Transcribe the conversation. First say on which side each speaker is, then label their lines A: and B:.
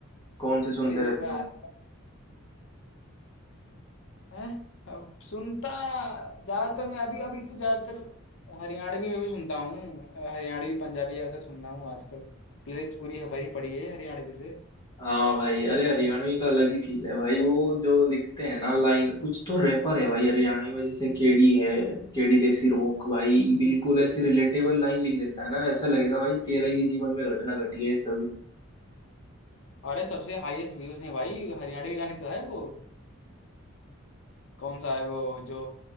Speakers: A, on the left; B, on the left.
A: कौन से सुनते
B: तेरी
A: रहते
B: बार
A: हो
B: हैं अब सुनता ज्यादातर मैं अभी अभी तो ज्यादातर हरियाणवी में भी सुनता हूँ अ, हरियाणवी पंजाबी ज्यादातर सुनना हूँ आजकल प्लेलिस्ट पूरी भरी पड़ी है हरियाणवी से
A: हाँ भाई अरे हरियाणवी का अलग ही फील है भाई वो जो लिखते हैं ना लाइन कुछ तो रैपर है भाई हरियाणवी में जैसे केडी है केडी देसी रोक भाई बिल्कुल ऐसी रिलेटेबल लाइन लिख देता है ना ऐसा लगेगा भाई तेरे ही जीवन में घटना घटी है ये सभी
B: अरे सबसे हाईएस्ट व्यूज हैं भाई हरियाणवी गाने तो है वो कौन सा है वो जो